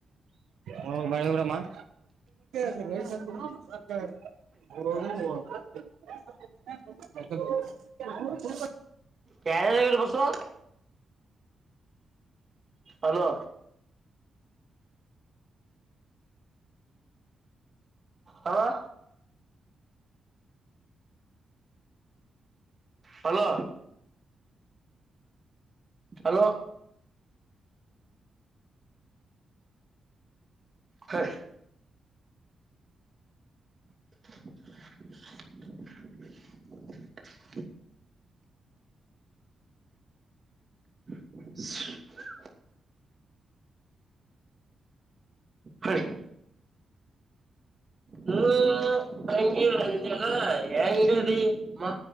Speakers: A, on the right; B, on the right.
A: ಹೋಗ್ ಬಾಳೆ ಹೋಗ್ರಮ್ಮ <unintelligible> <unintelligible>
B: ಕಾರ ನಗರ ಬಸೋ ಅಲೋ
A: <inaudible>
B: ಹವಾ ಹಲೋ ಹಲೋ ಹ <inaudible> <inaudible> ಹರಿ ಹ ಅಂಗಗೆ ಅಂತಲ್ಲ ಹೆಂಗದ ಮಾ